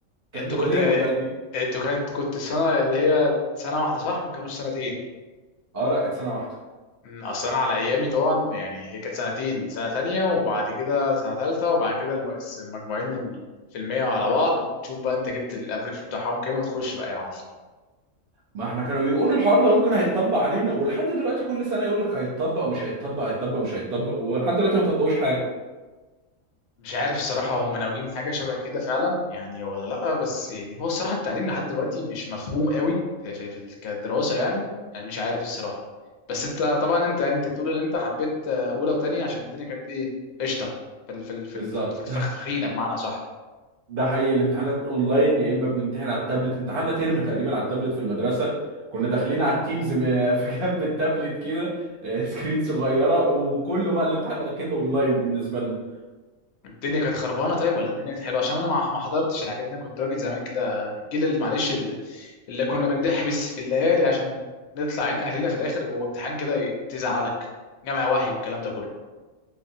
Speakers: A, on the right (about 50°); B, on the left (about 60°).
A: كانت
B: انتوا
A: مؤلمه
B: كنت
A: بقى دي
B: انتوا كانت كنت السنه اللي هي سنه واحده صح ما كانوش سنتين
A: اه لا كانت سنه واحده
B: مم، اصل انا على ايامي طبعا يعني هي كانت سنتين سنه تانية وبعد كده سنه تالتة وبعد كده الم- الس- المجموعين ال- في المية على بعض وتشوف بقى انت جبت الافريج بتاعهم كام وتخش بقى يا معلم
A: ما احنا كانوا بيقولوا الحوار ده ممكن هيتطبق علينا ولحد دلوقتي كل سنه يقول لك هيتطبق مش هيتطبق هيتطبق مش هيتطبق ولحد دلوقتي ما طبقوش حاجه
B: مش عارف الصراحه هم ناويين حاجه شبه كده فعلا يعني ولا لا بس يعني هو الصراحه التعليم لحد دلوقتي مش مفهوم قوي في في في ال- كدراسه يعني انا مش عارف الصراحه بس انت طبعا انت يعني انت بتقول ان انت حبيت آه، اولى وتانية عشان الدنيا كانت ايه قشطه في ال- في ال- في
A: بالظبط
B: ال- في ال- في الفخ- فخينه بمعنى صح
A: ده حقيقي الامتحانات اونلاين يا اما بنمتحن على التابلت امتحاننا ترم تقريبا على التابلت في المدرسه كنا داخلين على التيمز م- <laughs> في جنب التابلت كده آه، سكرين صغيره وكله بقى الامتحان اكنه اونلاين بالنسبه لنا
B: الدنيا كانت خربانه طيب ولا الدنيا كانت حلوه عشان انا ما ما حضرتش الحاجات دي انا كنت راجل زمان كده الجيل اللي معلش اللي, اللي كنا بنضح بس بالليالي عشان نطلع عين اهلنا في الاخر بامتحان كده ي- تزعلك جامع وحي والكلام ده كله